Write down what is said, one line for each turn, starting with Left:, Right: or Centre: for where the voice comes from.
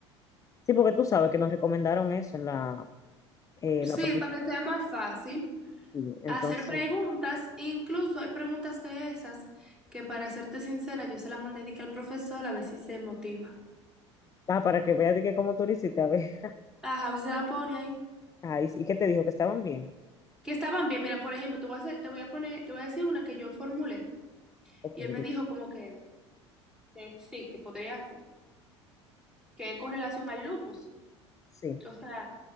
Left: Sí, porque tú sabes que nos recomendaron eso en la, eh,
Centre: Sí,
Left: la profesora.
Centre: para que sea más fácil.
Left: Sí, entonces,
Centre: hacer preguntas, incluso hay preguntas de esas que para serte sincera, yo se las mandé de que al profesor a ver si se motiva.
Left: ah, para que veas de que cómo tú lo hiciste, a ver. <laughs>
Centre: Ajá, a ver si se la pone ahí.
Left: Ah, y, y que te dijo que estaban bien.
Centre: Que estaban bien, mira, por ejemplo, te voy a hacer- te voy a poner, te voy a decir una que yo formulé
Left: Ok,
Centre: y él me
Left: di-
Centre: dijo como que, que sí, que podría hacer, que es con relación al lupus,
Left: sí,
Centre: o sea,